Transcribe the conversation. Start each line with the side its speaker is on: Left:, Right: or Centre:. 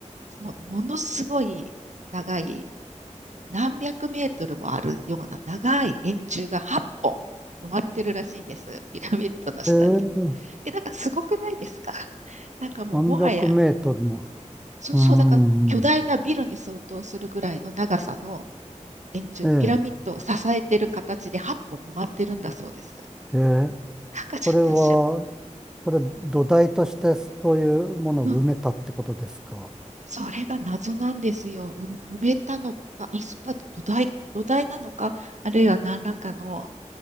Right: もうものすごい長い、何百メートルもあるような長い円柱が8本埋まってるらしいんです、ピラミッドの下に。
Centre: ええ
Right: え、なんかすごくないですか <laughs> なんかもうもはや
Centre: 何百メートルも。
Right: そう、
Centre: うん。
Right: そう、だから巨大なビルに相当するぐらいの長さの円柱、
Centre: ええ
Right: ピラミッドを支えてる形で8本埋まってるんだそうです。
Centre: ええ
Right: なんかちょっとしょ、
Centre: それは、それ土台としてそういうものを埋めたってことですか
Right: うん、それが謎なんですよ。う埋めたのか、あ、そまあ土台、土台なのか、あるいは何らかの、